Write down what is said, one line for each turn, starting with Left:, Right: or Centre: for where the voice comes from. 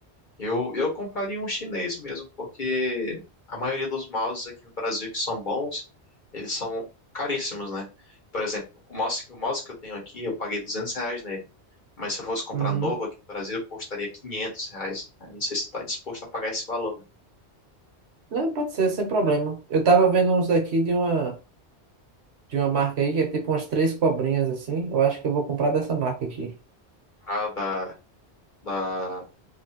Left: eu, eu compraria um chinês mesmo, porque a maioria dos mouses aqui no Brasil que são bons, eles são caríssimos, né? Por exemplo, o mouse, o mouse que eu tenho aqui, eu paguei 200 reais nele. Mas se eu fosse comprar
Right: Uhum.
Left: novo aqui no Brasil, custaria 500 reais. Eu não sei se está disposto a pagar esse valor, né?
Right: Não, pode ser, sem problema. Eu tava vendo uns aqui de uma, de uma marca aí que é tipo umas três cobrinhas assim. Eu acho que eu vou comprar dessa marca aqui.
Left: Ah, da, da...